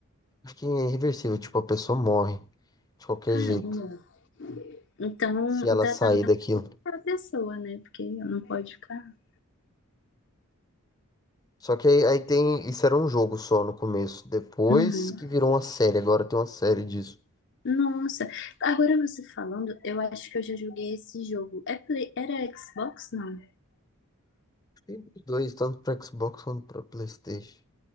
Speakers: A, on the left; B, on the left.
A: Acho que é irreversível, tipo, a pessoa morre de qualquer
B: Caramba.
A: jeito
B: Então,
A: se ela
B: o tratamento
A: sair daquilo.
B: é a pessoa, né? Porque não pode ficar.
A: Só que aí, aí tem. Isso era um jogo só no começo. Depois
B: Uhum.
A: que virou uma série, agora tem uma série disso.
B: Nossa. Agora você falando, eu acho que eu já joguei esse jogo. É Play- Era Xbox, não?
A: Tem os dois, tanto pra Xbox quanto pra PlayStation.